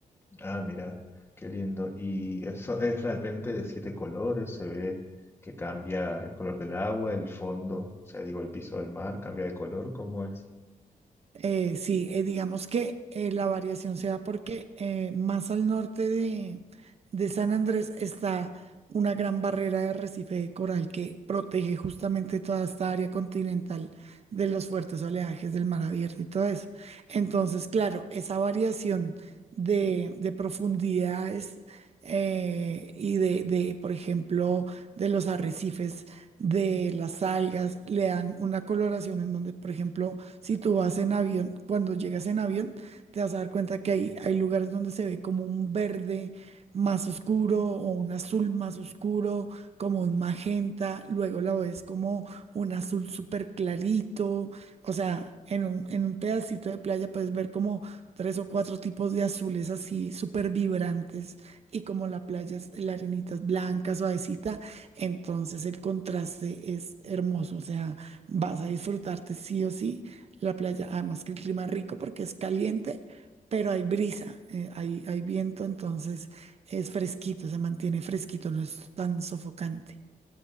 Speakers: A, on the left; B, on the right.
A: Ah, mira, qué lindo. Y eso es realmente de siete colores, se ve que cambia el color del agua, el fondo, o sea, digo, el piso del mar cambia de color, ¿cómo es?
B: Eh, sí, eh, digamos que eh, la variación se da porque eh, más al norte de, de San Andrés está una gran barrera de arrecife de coral que protege justamente toda esta área continental de los fuertes oleajes del mar abierto y todo eso. Entonces, claro, esa variación de, de profundidades eh, y de, de, por ejemplo, de los arrecifes de las algas, le dan una coloración en donde, por ejemplo, si tú vas en avión, cuando llegas en avión, te vas a dar cuenta que hay, hay lugares donde se ve como un verde más oscuro o un azul más oscuro, como un magenta, luego la ves como un azul súper clarito, o sea, en un, en un pedacito de playa puedes ver como tres o cuatro tipos de azules así súper vibrantes y como la playa es, la arenita es blanca, suavecita entonces el contraste es hermoso, o sea, vas a disfrutarte sí o sí la playa, además que el clima es rico porque es caliente, pero hay brisa, eh, hay, hay viento, entonces es fresquito, se mantiene fresquito, no es tan sofocante.